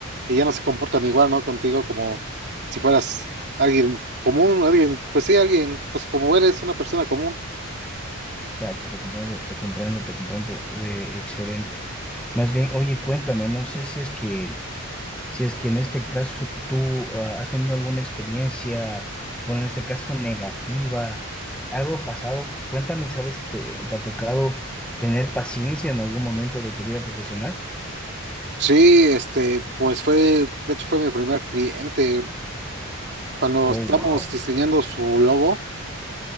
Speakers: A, on the right (about 50°); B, in the centre.
A: y ya no se comportan igual, ¿no? Contigo como si fueras alguien común, alguien, pues sí, alguien, pues como eres una persona común.
B: Exacto, te comprendo, te comprendo, te comprendo, eh, excelente. Más bien, oye, cuéntame, no sé si es que Si es que en este caso tú ah, has tenido alguna experiencia, bueno, en este caso negativa, algo ha pasado, cuéntame, ¿sabes? ¿Te, te ha tocado tener paciencia en algún momento de tu vida profesional?
A: Sí, este, pues fue, de hecho fue mi primer cliente. Cuando
B: Oh,
A: estamos
B: wow,
A: diseñando su logo,